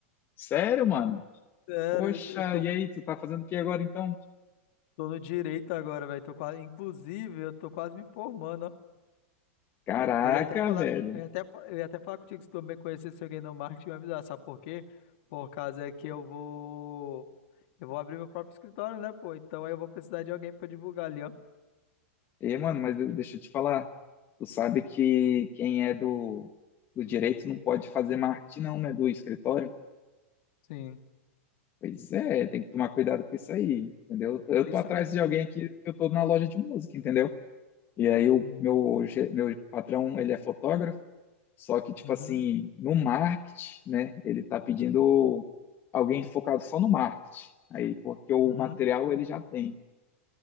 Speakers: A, on the left; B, on the left.
A: Sério, mano?
B: Sério,
A: Poxa,
B: eu eu tô,
A: e aí, tu tá fazendo o que agora então?
B: tô no direito agora, velho. Tô quase, inclusive, eu tô quase me formando, ó.
A: Caraca,
B: Eu ia até falar,
A: velho.
B: eu ia até, fa- eu ia até falar contigo se tu também conhecesse alguém no marketing, me avisar, sabe por quê? Por causa é que eu vou, eu vou abrir meu próprio escritório, né, pô? Então aí eu vou precisar de alguém pra divulgar ali, ó.
A: E, mano, mas de- deixa eu te falar. Tu sabe que quem é do, do direito não pode fazer marketing, não, né? Do escritório.
B: Sim.
A: Pois é, tem que tomar cuidado com isso aí, entendeu? Eu
B: Por isso,
A: tô atrás
B: me-
A: de
B: por...
A: alguém aqui que eu tô na loja de música, entendeu? E aí o
B: Uhum,
A: meu, ge- meu patrão, ele é fotógrafo. Só que, tipo
B: uhum.
A: assim, no marketing, né, ele tá pedindo alguém focado só no marketing. Aí, porque o
B: uhum.
A: material ele já tem.